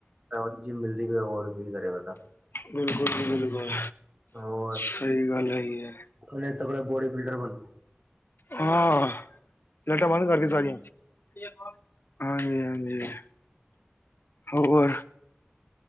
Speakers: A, on the right (about 35°); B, on the left (about 65°).
A: ਰਾਲ ਜ ਮਿਲਦੀ ਪਈ ਹੋਰ ਕੀ ਕਰ ਪਤਾ
B: ਬਿਲਕੁਲੀ ਜੀ ਬਿਲਕੁਲ।
A: ਹੋਰ
B: ਸਈ ਗੱਲ ਹੈਗੀ ਐ।
A: ਉਹਨੇ ਤਕੜਾ ਬੋਡੀ ਬਿਲਡਰ ਬਣ
B: ਹਾਂ ਲੈਟਾਂ ਬੰਦ ਕਰਦੀ ਸਾਰੀਆਂ ਹਾਂਜੀ -ਹਾਂਜੀ। ਹੋਰ